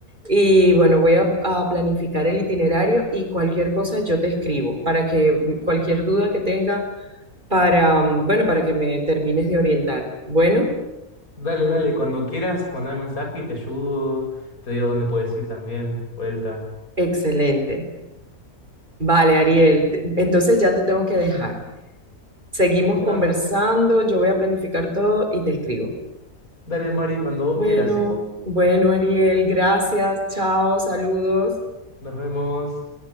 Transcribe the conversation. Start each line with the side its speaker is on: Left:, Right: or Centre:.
Right: y bueno, voy a, a planificar el itinerario y cualquier cosa yo te escribo para que cualquier duda que tenga para, mm, bueno, para que me termines de orientar. Bueno,
Left: Dale, dale, cuando quieras, mandame mensaje y te ayudo. Te digo dónde puedes ir también, vuelta.
Right: excelente. Vale, Ariel, te- entonces ya te tengo que dejar. Seguimos
Left: Bueno,
Right: conversando,
Left: María.
Right: yo voy a planificar todo y te escribo.
Left: Dale, Mari, cuando vos
Right: Bueno,
Left: quieras, ¿sí?
Right: bueno, Ariel, gracias, chao, saludos.
Left: Nos vemos.